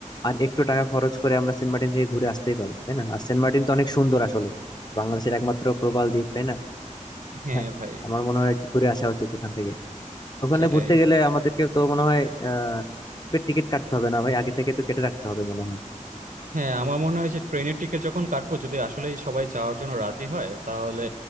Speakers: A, on the left (about 30°); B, on the right (about 80°).
A: আর একটু টাকা খরচ করে আমরা সেন্ট মার্টিন থেকে ঘুরে আসতেই পারি তাই না আর সেন্ট মার্টিন তো অনেক সুন্দর আসলে বাংলাদেশের একমাত্র প্রবাল দ্বীপ তাই না
B: হ্যাঁ
A: হ্যাঁ,
B: ভাই
A: আমার মনে হয় একটু ঘুরে আসা উচিত এখান থেকে ওখানে
B: সেটাই
A: ঘুরতে গেলে আমাদেরকে তো মনে হয় আহ টিকিট কাটতে হবে না ভাই আগে থেকে তো কেটে রাখতে হবে মনে হয়
B: হ্যাঁ আমার মনে হয় যে ট্রেনের টিকিট যখন কাটবো যদি আসলেই সবাই যাওয়ার জন্য রাজি হয় তাহলে